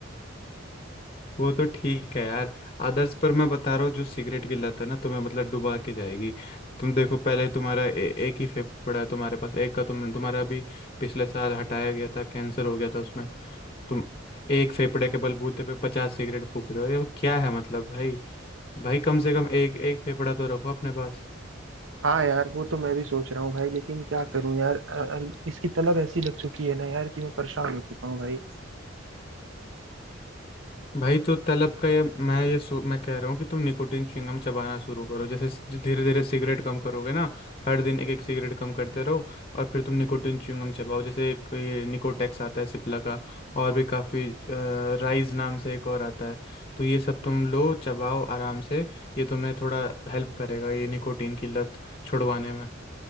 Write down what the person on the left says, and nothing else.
वो तो ठीक है यार आदर्श पर मैं बता रहा हूँ जो सिगरेट की लत है ना तुम्हें मतलब डुबा के जाएगी तुम देखो पहले तुम्हारा ए, एक ही फेफड़ा है तुम्हारे पास एक का तुम तुम्हारा अभी पिछले साल हटाया गया था कैंसर हो गया था उसमें तुम एक फेफड़े के बलबूते पे पचास सिगरेट फूक रहे हो ये क्या है मतलब भाई भाई कम से कम एक एक फेफड़ा तो रखो अपने पास
भाई तो तलब का ये मैं ये सो, मैं कह रहा हूँ कि तुम निकोटीन च्युइंगम चबाना शुरू करो जैसे धीरे धीरे सिगरेट कम करोगे ना हर दिन एक एक सिगरेट कम करते रहो और फिर तुम निकोटीन च्युइंगम चबाओ जैसे एक ये निकोटेक्स आता है सिप्ला का और भी काफ़ी राइज नाम से एक और आता है तो ये सब तुम लो चबाओ आराम से ये तुम्हें थोड़ा हेल्प करेगा ये निकोटीन की लत छुड़वाने में